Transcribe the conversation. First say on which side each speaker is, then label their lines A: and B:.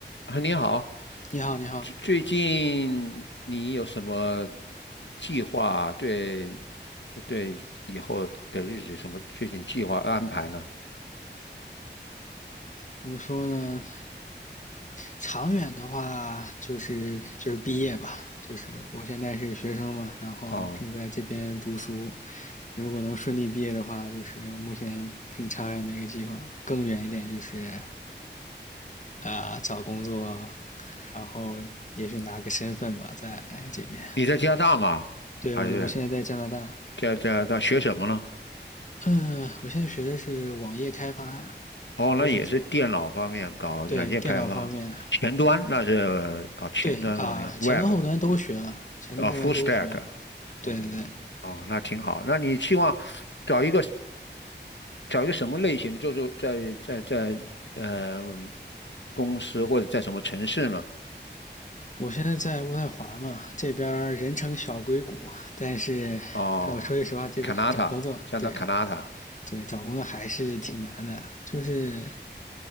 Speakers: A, on the left; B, on the left.
A: 啊，你好，
B: 你好，你好，
A: 最最近你有什么计划？对，对以后的日子什么最近计划安排呢？
B: 怎么说呢？长远的话，就是就是毕业吧，就是我现在是学生嘛，然后正在这边读书，
A: 哦，
B: 如果能顺利毕业的话，就是我目前挺长远的一个计划。更远一点就是，呃，找工作，然后也许拿个身份吧，在这边。
A: 你在加拿大吗？
B: 对，
A: 还是
B: 我的，我现在在加拿大，
A: 在在大学什么呢？
B: 嗯，我现在学的是网页开发，
A: 哦，
B: 就是做
A: 那也是电脑方面搞软件开发，
B: 对电脑方面，
A: 前端那是搞前端方面，Web
B: 对啊、呃前端后端都学了，前端后端都学。
A: 啊，Full Stack。哦
B: 对对对，
A: 哦，那挺好。那你希望找一个？找一个什么类型的，就是在在在呃公司或者在什么城市呢？
B: 我现在在渥太华嘛，这边儿人称小硅谷，但是，
A: 哦
B: 但我说句实话，这边儿找工作，
A: c a n a t a 加拿大
B: 对
A: c a n a t a
B: 对，找工作还是挺难的。就是